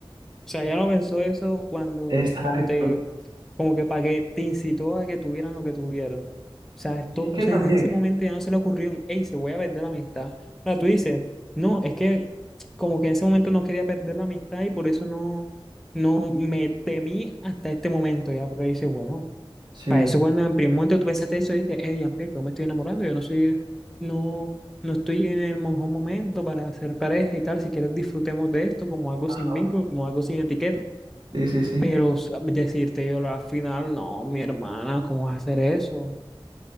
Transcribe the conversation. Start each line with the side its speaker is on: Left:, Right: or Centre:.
Centre: sea, ella no pensó eso cuando,
Right: Exacto.
Centre: cuando te, como que para que te incitó a que tuvieran lo que tuvieron. O sea, esto,
Right: Y es que
Centre: o sea,
Right: también,
Centre: en ese momento ya no se le ocurrió, hey, se voy a perder la amistad. Ahora tú dices, no, es que como que en ese momento no quería perder la amistad y por eso no, no me temí hasta este momento ya, pero dice, bueno.
Right: sí.
Centre: Para eso cuando en primer momento tú pensaste eso, dices, eh, Jean-Pierre, que yo me estoy enamorando, yo no soy, no, no estoy en el mejor momento para hacer pareja y tal, si quieres disfrutemos de esto como algo
Right: Ajá.
Centre: sin vínculo, como algo sin etiqueta,
Right: Sí, sí, sí.
Centre: pero s- decirte yo al final, no, mi hermana, ¿cómo vas a hacer eso?